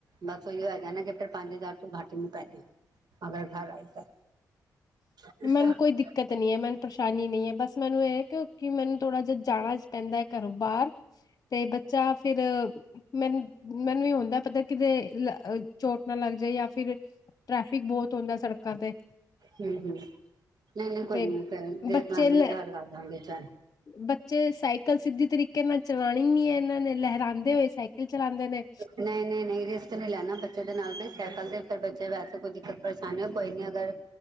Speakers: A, on the right (about 65°); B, on the left (about 45°).
A: ਬਸ ਉਹੀ ਹੈਗਾ ਨਾ ਕਿ ਫਿਰ ਪੰਜ ਹਜ਼ਾਰ ਤੋਂ ਘੱਟ ਨੀ ਪੈ ਜਾ, ਅਗਰ ਘਰ ਆਏ ਤਾਂ ਹੂੰ
B: ਮੈਨ ਕੋਈ ਦਿੱਕਤ ਨੀ ਹੈ, ਮੈਨੂੰ ਪਰੇਸ਼ਾਨ ਨਹੀਂ ਹੈ ਬਸ ਮੈਨੂੰ ਇਹ ਕਿਉਂਕਿ, ਮੈਨੂੰ ਥੋੜਾ ਜਿਹਾ ਜਾਣਾ ਪੈਂਦਾ ਹੈ ਘਰੋਂ ਬਾਹਰ, ਤੇ ਬੱਚਾ ਫਿਰ ਮੈਨੂੰ, ਮੈਨੂੰ ਵੀ ਹੁੰਦਾ ਪਤਾ ਕਿਤੇ ਚੋਟ ਨਾ ਲੱਗ ਜਾਏ ਜਾਂ ਫਿਰ, ਟ੍ਰੈਫਿਕ ਬਹੁਤ ਹੁੰਦਾ ਸੜਕਾਂ ਤੇ
A: ਹਮ ਹਮ। ਨਹੀਂ ਨਹੀਂ ਕੋਈ
B: ਤੇ
A: ਨੀ, ਫ ਦੇਖ
B: ਬੱਚੇ
A: ਲਾਂਗੇ
B: ਲੈ
A: ਗਲ ਕਰ ਦਾਂਗੇ ਚਲ
B: ਬੱਚੇ ਸਾਈਕਲ ਸਿੱਧੀ ਤਰੀਕੇ ਨਾਲ ਚਲਾਣੀ ਨੀ ਹੈ ਇਹਨਾਂ ਨੇ, ਲਹਿਰਾਉਂਦੇ ਹੋਏ ਸਾਈਕਲ ਚਲਾਉਂਦੇ ਨੇ
A: ਨਹੀਂ ਨਹੀਂ ਨਹੀਂ ਰਿਸਕ ਨਹੀਂੀ ਲੈਣਾ, ਬੱਚੇ ਦੇ ਨਾਲ ਵੀ ਸਾਈਕਲ ਤੇ ਰ ਬੱਚੇ ਵੈਸੇ ਕੋਈ ਦਿੱਕਤ ਪਰੇਸ਼ਾਨੀ ਕੋਈ ਨੀ ਅਗਰ